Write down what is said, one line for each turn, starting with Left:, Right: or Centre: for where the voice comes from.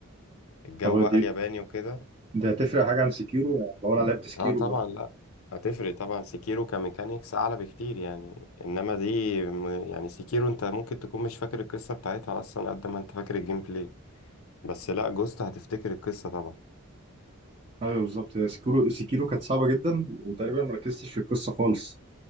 Left: الجو
Right: طب
Left: بقى
Right: دي
Left: الياباني وكده
Right: ده هتفرق حاجه عن سكيرو يعني لو انا لعبت سكيرو
Left: اه طبعا
Right: بقى
Left: لا هتفرق طبعا سيكيرو كميكانيكس اعلى بكتير يعني انما دي م- يعني سيكيرو انت ممكن تكون مش فاكر القصة بتاعتها اصلا قد ما انت فاكر الجيم بلاي بس لا جوست هتفتكر القصة طبعا
Right: ايوه بالظبط هي سكيرو سكيرو كانت صعبه جدا وتقريبا ما ركزتش في القصه خالص